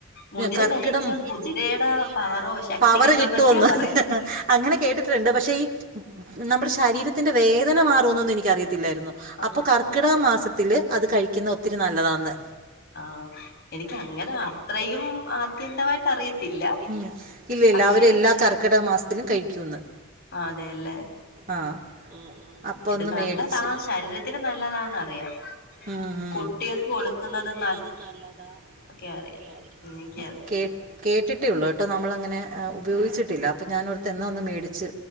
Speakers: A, on the left (about 50°); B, on the right (about 45°).
A: മുതിര
B: കർക്കിടം മുതിര കഴിച്ച
A: കുതിരയുടെ
B: കുതിരെടെ
A: പവറോ ശക്തി
B: പവറ്
A: കിട്ടുമെന്നൊക്കെയാ
B: കിട്ടുമന്ന്
A: പറയുന്നെ
B: അങ്ങനെ കേട്ടിട്ട് ണ്ട് പക്ഷെ നമ്മുടെ ശരീരത്തിന്റെ വേദന മാറൂന്നന്ന് എനിക്ക അറിയത്തില്ലായിരുന്നു
A: ആ
B: അപ്പൊ ക കർക്കിടക മാസത്തില് അത് കഴിക്കുന്ന ഒത്തിരി നല്ലതാണ്
A: ആഹ് എനിക്ക് അങ്ങനെ അത്രയും ആദ്യന്തമായിട്ട് അറിയത്തില്ല
B: ഉം ഇല്ല ഇല്ല
A: പക്ഷേ
B: അവര് എല്ലാ കർക്കിടക മാസത്തിലും കഴിക്കന്ന്
A: അതെല്ലേ
B: ആഹ് അപ്പൊ
A: ഇത്
B: ഒന്നും
A: നല്ലതാ
B: മേടിച്ച്
A: ശരീരത്തിന് നല്ലതാന്നറിയാം
B: ഉം ഉം
A: കുട്ടികൾക്ക്
B: കുട്ടിക്കൾക്ക്
A: കൊടുക്കുന്നതും
B: കൊടുക്കുന്നത് നല്ലതാ
A: ഒക്കെ അറിയാം
B: എന്ന് അറിയ
A: ഉം എനിക്കറിയാം
B: ഒക്ക കേട്ടിട്ടേ ഉള്ളൂ കേട്ടോ നമ്മളങ്ങനെ ഉപയോഗിച്ചിട്ടില്ല അപ്പൊ ഞാൻ ഓർത്ത് എന്ന ഒന്ന് മേടിച്ച്